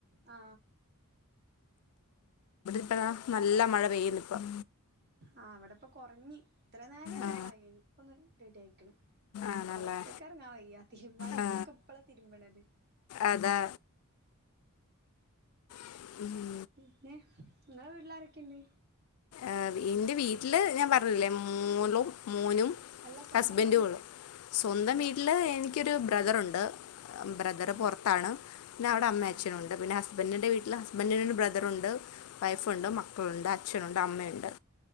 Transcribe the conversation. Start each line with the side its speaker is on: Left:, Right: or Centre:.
Right: ആ
Left: പ്പതാ നല്ല മഴ പെയ്യ്ണ്ട്പ്പം
Right: ആ അവടപ്പൊ കൊറഞ്ഞി. ഇത്രനേരം
Left: ആ,
Right: ല്ല മഴേനി, ഇപ്പൊന്ന് റെഡി ആയിക്ക്ണ്.
Left: ആണല്ലേ
Right: പൊർത്ത്ക്കെ ർങ്ങാവെയ്യ, തിരുമ്പാനും
Left: ആ,
Right: മ്മക്കെ ഇപ്പളാ തിരുമ്പ്ണത്.
Left: അതാ! <inaudible>
Right: പിന്നെ, ങ്ങളെ വീട്ടിലാരൊക്കെണ്ട്?
Left: ഏർ ഇന്റെ വീട്ടില്, ഞാൻ പർഞ്ഞില്ലേ മോളും മോനും,
Right: അല്ല സ്വന്തം
Left: ഹസ്ബൻ്റുംള്ളു.
Right: വീട്ടില്
Left: സ്വന്തം
Right: ഇങ്ങളെ
Left: വീട്ടില് എനിയ്ക്കൊരു ബ്രദറുണ്ട്. ബ്രദറ്
Right: ആഹ്
Left: പൊർത്താണ്. പിന്നവടെ അമ്മ
Right: ആഹ്
Left: അച്ഛനുണ്ട്. പിന്നെ ഹസ്ബൻഡിന്റെ വീട്ടില് ഹസ്ബൻഡി്ന് ബ്രദറുണ്ട്. വൈഫുണ്ട്, മക്കളുണ്ട്, അച്ഛനുണ്ട്, അമ്മയുണ്ട്.